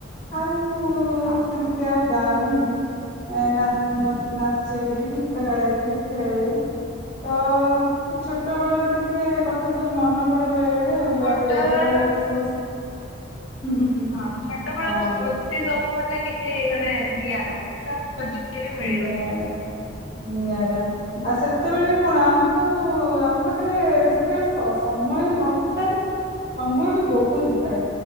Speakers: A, on the left (about 25°); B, on the left (about 80°).
A: ଆଉ-ଉ-
B: ହଁ।
A: ସେମିତି ଆଉ ଗାଉନି। ଏ ନାଚ୍ ନ ନାଚି ବି ଗୀତ ଗାଇବି, ଖେଳେ ତ ସେ ଛୋଟ ବେଳର ଟିକେ କଥା ସବୁ ମନେ ପଡେ, ବେଳେ ବେଳେ ଆଉ
B: ଛୋଟ
A: ଆଉ ଏବେ
B: ବେଳର
A: ତ ସେ ସବୁ ହୁଁ ହୁଁ ହୁଁ
B: ହଁ ଛୋଟବେେଳର
A: ହଁ
B: ସ୍ମୃତିସବୁ ମାନେ କିଛି ମାନେ ନିଆରା। ସେଇଡା ଖୋଜିଲେ ବି
A: ନିଆରା
B: ମିଳିବନି।
A: ନିଆରା ଆଉ ସେତେବେଳେ କଣ, ଆମକୁ ଆମପାଖରେ ସେତେବେଳେ ସ-ସମୟ ନଥାଏ। ସମୟ ବି ବହୁତ ଥାଏ।